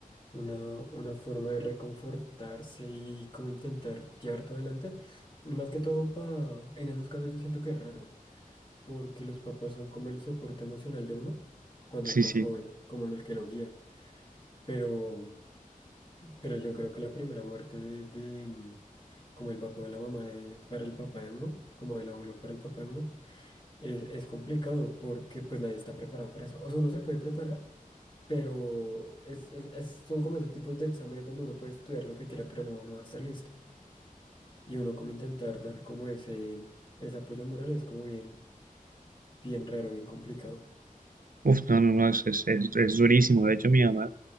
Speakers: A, on the left (about 30°); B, on the right (about 75°).
A: una, una forma de reconfortarse y como intentar llevar todo adelante. Más que todo pa en esos casos yo siento que es raro. porque los papás son como el soporte emocional de uno cuando
B: sí,
A: es más
B: sí.
A: joven, como el que lo guía. Pero, pero yo creo que la primera muerte de, de, mm, como el papá o la mamá de, para el papá de uno, como el abuelo para el papá de uno, es, es complicado porque pues nadie está preparado para eso. O sea, uno se puede preparar, pero es, es- es- son como esos tipos de exámenes donde uno puede estudiar lo que quiera, pero no, no va a estar listo. Y uno como intentar dar como ese, ese apoyo moral es como bien, bien raro, bien complicado.
B: Uf, no, no, no, es, es, es- es durísimo. De hecho, mi mamá,